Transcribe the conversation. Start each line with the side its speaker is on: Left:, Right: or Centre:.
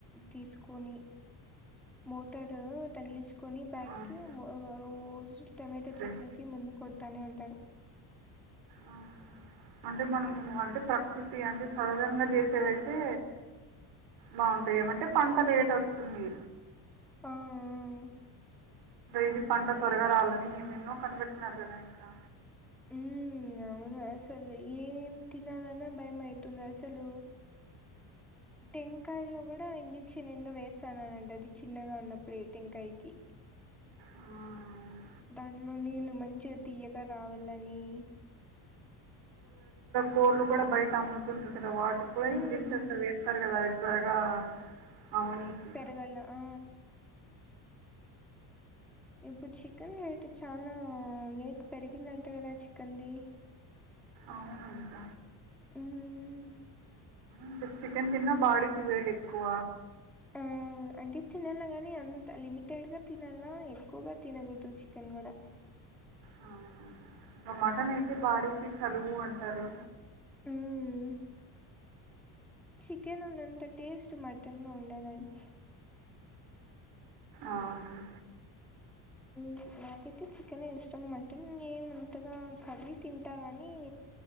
Centre: తీసుకొని మోటర్ తగిలిచ్చు కొని బ్యాగ్
Right: అవును
Centre: కి రోజు టమాటా
Right: అదే
Centre: చెట్నికి ముందు కొడతానే ఉంటారు.
Right: ఆ అ అంటే మనం అంటే ప్రకృతి అంటే సహజంగా చేసేవైతే బాగుంటాయి ఏమంటే పంట లేట్ వస్తుంది.
Centre: ఆ ఆ
Right: ఇది పంట త్వరగా రావాలని ఏనేన్నో కనిపెట్టిన్నారు కదా ఇంకా
Centre: హ్మ్. అవును. అసలు ఏం తినాలన్నా భయం అయితుంది. అసలు టెంకాయలో కూడా ఇంజెక్షన్ ఎందో వేస్తారంనటా కదా చిన్నగా ఉన్నప్పుడు టెంకాయికి
Right: ఆ అవును
Centre: దాంట్లో నీళ్లు మంచిగా తీయ్యగా రావాలని
Right: కోళ్లు కూడా బయట అమ్ముతుంటారు. కదా వాటికి కూడా
Centre: హ్మ్.
Right: ఇంజెక్షన్స్ వేస్తారు. కదా అది త్వరగా అవనికి
Centre: పెరగాల ఆ ఇప్పుడు చికెన్ రేటు చాలా రేట్ పెరిగిందంటే కదా చికెన్ ది
Right: అవునంట
Centre: ఉమ్
Right: ఇంకా చికెన్ తిన్నా బాడీకి వేడి ఎక్కువ
Centre: ఉమ్ అంటే తినాలి గానీ అం లిమిటెడ్ గా తినాలా ఎక్కువగా తినకూడదు. చికెన్ కూడా
Right: అవునవును ఇంకా మటన్
Centre: హ్మ్.
Right: అయితే బాడీకిి చలువు అంటారు.
Centre: హ్మ్. చికెన్లో ఉన్నంత టేస్ట్ మటన్ ఉండదండి.
Right: అవును
Centre: మ్ నాకైతే చికెన్ యే ఇష్టం. మటన్ ఏం అంతగా కర్రి తింటా గాని